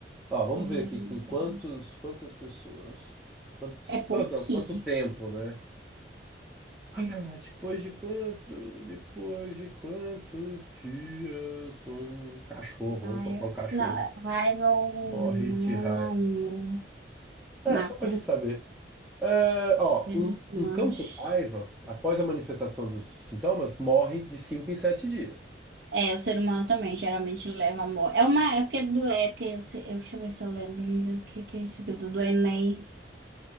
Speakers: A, in the centre; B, on the right.
A: Ó, vamos
B: Gente,
A: ver aqui com quantos,
B: ó,
A: quantas pessoas. Quantas
B: É
A: pessoas
B: pouquinho.
A: não, quanto tempo, né? Ai, ai, ai, depois de quanto, depois de quantos dias um cachorro,
B: raiva,
A: vamos colocar um cachorro,
B: não, raiva humana,
A: morre de raiva.
B: amor,
A: É,
B: mata.
A: só pra gente saber. É, ó,
B: Vida
A: um,
B: dos humanos.
A: um cão com raiva, após a manifestação dos sintomas, morre de 5 em 7 dias.
B: É, o ser humano também geralmente leva amor. É uma, é porque do, é porque eu, sei- eu- deixa eu ver se eu lembro ainda o que, que é isso aqui do, do Enem.